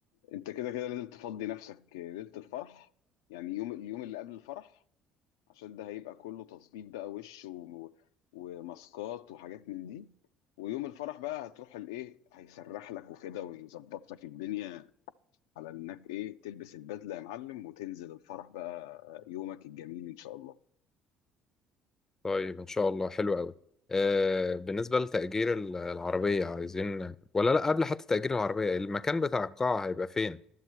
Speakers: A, on the left; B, on the left.
A: انت كده كده لازم تفضي نفسك آه، ليله الفرح يعني يوم اليوم اللي قبل الفرح عشان ده هيبقى كله تظبيط بقى وش و... وماسكات وحاجات من دي ويوم الفرح بقى هتروح الايه هيسرح لك وكده ويظبط لك الدنيا على انك ايه تلبس البدله يا معلم وتنزل الفرح بقى يومك الجميل ان شاء الله
B: طيب ان شاء الله حلو قوي آه بالنسبة لتأجير ال- العربية عايزين ولا لا قبل حتى تأجير العربية المكان بتاع القاعة هيبقى فين